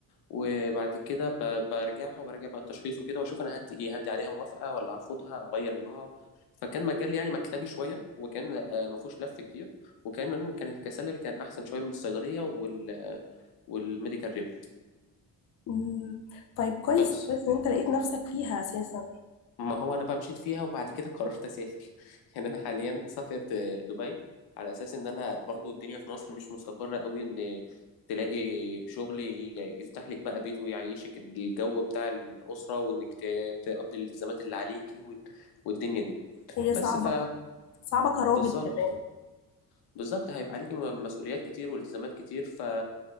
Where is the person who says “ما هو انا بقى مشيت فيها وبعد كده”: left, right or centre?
Left